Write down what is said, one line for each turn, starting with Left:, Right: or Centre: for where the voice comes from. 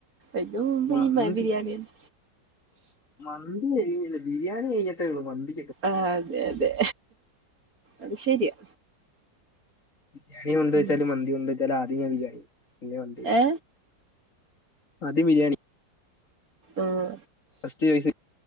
Right: ഏറ്റവും മുൻപ്
Left: മന്തി
Right: ഈ ബിരിയാണിയന്നെ
Left: മന്തി കഴ ബിരിയാണി കഴിഞ്ഞിട്ടേള്ളൂ മന്തി
Right: ആഹ് അതെ അതെ അത് ശരിയാ
Left: ബിരിയാണി കൊണ്ട്
Right: ഉം.
Left: വെച്ചാലും മന്തി കൊണ്ട് വച്ചാലും ആദ്യം ഞാൻ ബിരിയാണി പിന്നെ മന്തി
Right: ഏ
Left: ആദ്യം ബിരിയാണി
Right: ആഹ്
Left: ഫസ്റ്റ് ചോയ്സ്